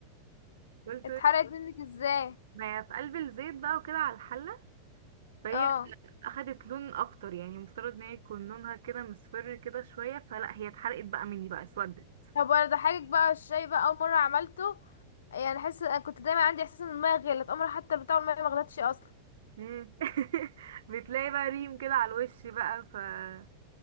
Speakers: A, on the right (about 75°); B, on the left (about 85°).
A: <laughs> قلت
B: اتحرقت منك ازاي
A: ما في قلب الزيت بقى وكده على الحله فهي
B: اه
A: اخدت لون اكتر يعني المفترض ان هي يكون لونها كده مصفر كده شويه فلا هي اتحرقت بقى مني بقى اسودت
B: طب وانا ضحكك بقى الشاي بقى اول مرة عملته يعني حس كنت دايما عندي احساس ان المية غلت عمري حتى بتاع المية ما غلتش اصلا
A: مم. <laughs> بتلاقي بقى ريم كده على الوش بقى فالدنيا